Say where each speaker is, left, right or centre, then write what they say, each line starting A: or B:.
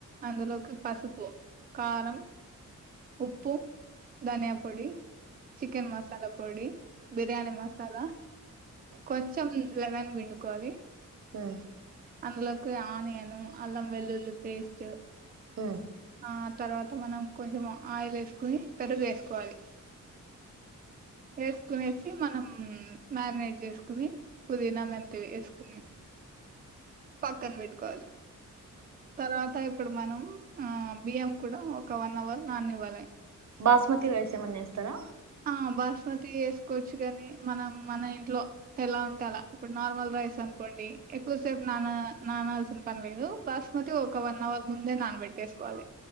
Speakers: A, on the right; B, on the right.
A: అందులోకి పసుపు కారం ఉప్పు ధన్యా పొడి చికెన్ మసాలా పొడి బిర్యానీ మసాలా కొంచము లెమన్ పిండుకోవాలి
B: హు
A: అందులోకి ఆనియన్ అల్లంవెల్లులి పేస్ట్
B: హు
A: ఆ తర్వాత మనం కొంచెం ఆయిల్ ఏసుకుని పెరుగు వేసు కోవలీ వేసుకునేసి మనం మాగ్నెట్ చేసుకొని పుదీనా మెంతువి ఏసుకోని పక్కనబెట్కోవాలి తర్వాత ఇప్పుడు మనం ఆ బియ్యం కూడా ఒక వన్ హోవర్ నాననివ్వాలి
B: బాస్మతి రైస్ ఏమన్నా వేస్తారా
A: ఆ బాస్మతి ఏసుకోవచ్చు గాని మనం మన ఇంట్లో ఎలా ఉంటే అలా ఇప్పుడు నార్మల్ రైస్ అనుకోండి ఎక్కువ సేపు నానా నానల్సిన పని లేదు బాస్మతి ఒక వన్ హోవర్ ముందే నానబెట్టేసుకోవాలి